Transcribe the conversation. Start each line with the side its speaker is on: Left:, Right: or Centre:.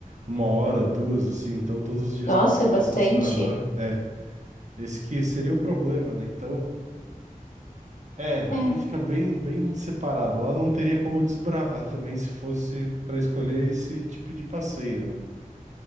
Right: uma hora, duas, assim. Então todos os dias
Left: Nossa,
Right: que tu quisesse
Left: é bastante.
Right: desbravar, é. Esse que seria o problema, né? Então, é, ali
Left: É.
Right: fica bem, bem separado. Lá não teria como desbravar também se fosse pra escolher esse tipo de passeio, né?